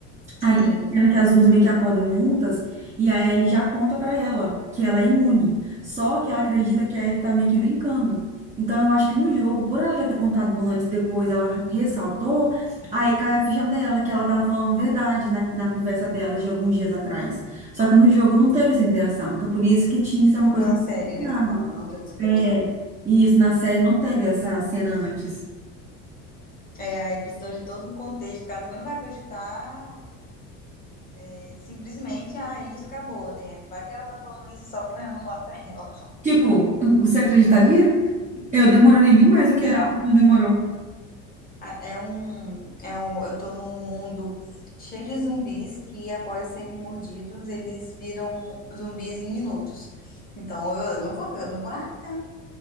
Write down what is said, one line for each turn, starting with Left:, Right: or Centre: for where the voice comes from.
Right: Aí
Left: Sim,
Right: tem uma cena que as duas meio que acordam juntas e a Ellie já conta pra ela que ela é imune. Só que ela acredita que a Ellie tá meio que brincando. Então eu acho que no jogo, por ela já ter contado antes, depois ela ressaltou, aí cai a ficha dela, que ela tava falando a verdade na, na conversa dela de alguns dias atrás. Só que no jogo não teve essa interação. Então por isso que tinha que ser uma coisa
Left: não na série,
Right: muito
Left: né?
Right: grave.
Left: Você tá falando, não teve essa interação.
Right: É, e isso na série não teve essa cena antes.
Left: É, aí precisou de todo um contexto, porque ela também não vai acreditar é, simplesmente, ah, isso acabou, né? Vai que ela tá falando isso só pra <laughs> eu não matar ela.
Right: Tipo, você acreditaria? Eu demoraria bem mais do
Left: Não.
Right: que ela demorou.
Left: a- É um, é um, eu tô num mundo cheio de zumbis que, após serem mordidos, eles viram zumbis em minutos. Então eu, eu não vou, eu não vou, ah, não.